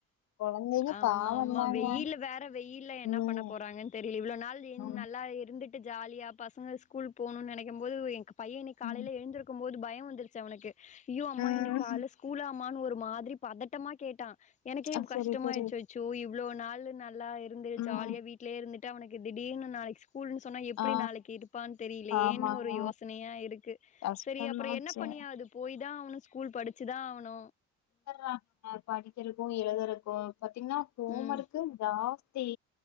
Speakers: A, on the left (about 65°); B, on the left (about 25°).
A: கொழந்தைங்க
B: ஆமா
A: பாவந்தாங்க
B: ஆமா வெயில வேற வெயில்ல என்ன
A: ம்
B: பண்ணபோறாங்கன் தெரில இவ்ளோ நாள் இன்
A: ஆமா
B: நல்லா இருந்துட்டு டு ஜாலியா பசங்க ஸ்கூல் போனுன் நெனெக்கம்போது எங்க பையெ இன்னெக் காலைல
A: ம்
B: எழுந்திருக்குபோது பயோ வந்துருச்சு அவனுக்கு அயோ அம்மா
A: ம்
B: இன்னக் கால்ல ஸ்கூலா அம்மானு ஒரு மாதுரி பதட்டமா கேட்டா எனக்கே இப்
A: ஆ செரி
B: கஷ்டமாயிச்சு
A: செரி
B: அச்சோ இவ்ளோ நாளு நல்லா இருந்து
A: ம்
B: ஜாலியா வீட் லே இருந்துட்டு அவனுக்கு திடீர்னு நாளைக்கு ஸ் கூல்ன்னு சொன்னா எப்டி
A: ஆ
B: நாளக்கி இருப்பான்னு தெரிய்லயேன்னு
A: ஆமாங்க
B: ஒரு யோசனயா இருக்கு
A: கஷ்டந்தாச்சு
B: செரி அப்றோ என்ன பண்ணியாது போய் தா ஆவ்னு ஸ்கூல் படிச்சுதா ஆவுனு
A: கஷ்டாமார்க்மே படிக்கிறத்க்கு எழுதுறத்க்கு பாத்தீங்கன்னா ஹோம்
B: ம்
A: ஒர்க்கு ஜாஸ்தி